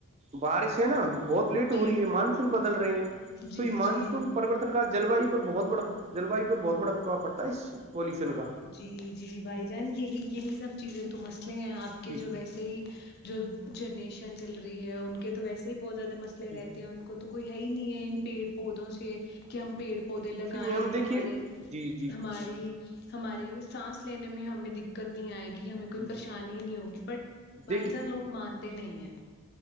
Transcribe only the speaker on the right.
بارش ہے نا بہت لیٹ ہو رہی
ہے مانسون بدل رہے ہیں
تو یہ
مانسون پروررتن کا جلویو پر بہت بڑا جلواو پر بہت بڑا پرباؤ پڑتا ہے اس پولوشن کا
جی
جی
جی میم
دیکھیے جی جی
جی
جی
دیکھیے